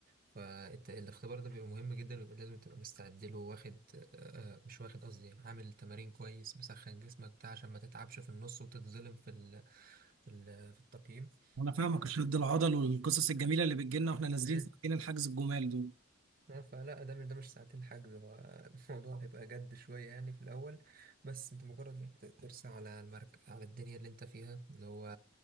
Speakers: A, on the right; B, on the right.
A: فالاختبار ده بيبقى مهم جدا ويبقى لازم تبقى مستعد له واخد آه، آه، مش واخد قصدي عامل تمارين كويس مسخن جسمك بتاع عشان ما تتعبش في النص وتتظلم في ال في ال في التقييم
B: انا فاهمك
A: ف...
B: شد العضل والقصص الجميله اللي بتجيلنا واحنا نازلين
A: مم.
B: ساعتين الحجز الجمال دول
A: اه فلا ده مش ده مش ساعتين حجز هو <laughs> الموضوع هيبقى جد شوية يعني في الأول بس انت مجرد ما بت- ترسى على المرك على الدنيا اللي انت فيها اللي هو